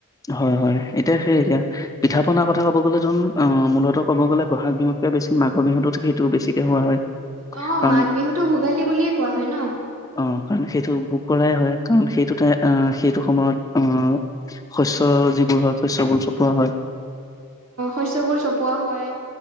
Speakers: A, on the left; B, on the right.
A: হয় -হয় এতিয়া সেই এতিয়া পিঠা পনাাৰ কথা ক'ব গ'লে যোন অ মূলত ক'ব গ'লে বহাগ বিহুত বেছ মাঘ বিহুত সেইটো বেছিকে হোৱা হয়।
B: অ
A: কাৰণ
B: মাঘ বিহুতো ভোগালী বুলিয়ে কোৱা হয় ন
A: অ 'কাৰণ সেইটো ভোক কৰাই হয় কাৰণ সেইটোতে সেইটো সময়ত আহ। শস্য যিবোৰ হয় শস্যবোৰ চপোৱা হয়।
B: শস্যবোৰ চপোৱা হয়